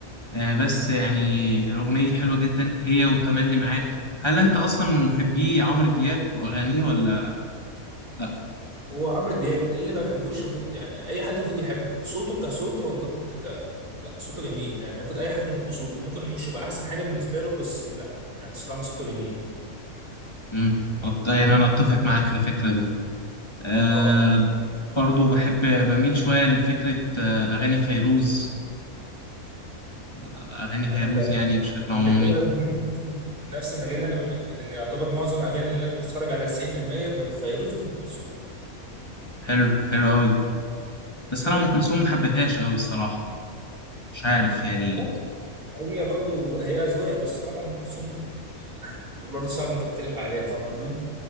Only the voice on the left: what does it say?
آه، بس يعني الأغنية دي حلوة جدا هي وتملي معاك هل أنت أصلا من محبي عمرو دياب وأغانيه ولا لأ؟
مم. طب ده يعني أنا أتفق معاك في الفكرة دي أه
برضو بحب بميل شوية لفكرة آه، أغاني فيروز آه، أغاني
فيروز يعني بشكل عمومي
حلو حلو أوي بس أنا أم كلثوم ما حبيتهاش أوي الصراحة مش عارف يعني